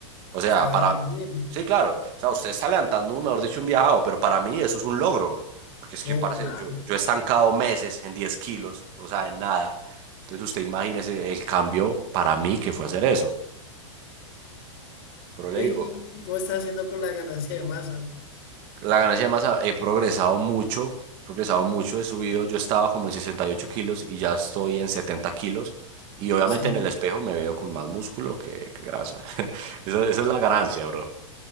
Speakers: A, on the right (about 30°); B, on the left (about 50°).
A: O sea,
B: está
A: para...
B: bien.
A: Sí, claro. O sea, usted está levantando, mejor dicho, un viajado, pero para mí eso es un logro. Porque es
B: No,
A: que, parce,
B: claro.
A: yo, yo he estancado meses en 10 kilos, o sea, en nada. Entonces usted imagínese el cambio para mí que fue hacer eso. Pero le
B: Ve,
A: digo,
B: ¿Y, y cómo estás haciendo con la ganancia de masa?
A: la ganancia de masa, he progresado mucho, he progresado mucho, he subido. Yo estaba como en 68 kilos y ya estoy en 70 kilos. Y obviamente
B: Sí.
A: en el espejo me veo con más músculo que, que grasa. <laughs> Esa, esa es la ganancia, bro.